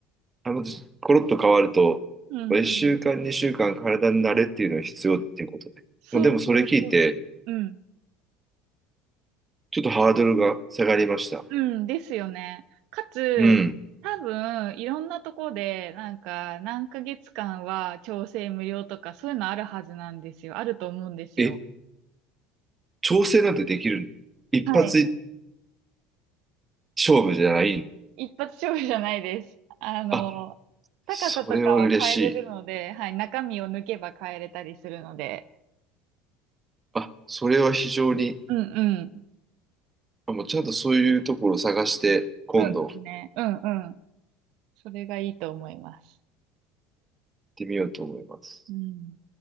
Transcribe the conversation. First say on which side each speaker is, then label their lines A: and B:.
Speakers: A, on the right; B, on the right.
A: あの、コロッと変わると、
B: うん、
A: 1週間、
B: うん。
A: 2週間体に慣れっていうのが必要っていうことで。
B: そうそうそう。
A: もうでもそれ聞いて、
B: うん。
A: ちょっとハードルが下がりました。
B: うん、ですよね。かつ、
A: うん。
B: 多分、いろんなとこで、なんか、何ヶ月間は調整無料とか、そういうのあるはずなんですよ。あると思うんですよ。
A: え、調整なんてできるの一発
B: はい。
A: 勝負じゃない。
B: 一発勝負じゃないです。あの、
A: あ、
B: 高さとかは変えれるので、
A: それは嬉しい。
B: はい。中身を抜けば変えれたりするので。
A: あ、それは非常に、
B: うんうん。
A: あ、もうちゃんとそういうところを探して、今度行っ
B: そうですね。うんうん。それがいいと思います。
A: てみようと思います。
B: うん。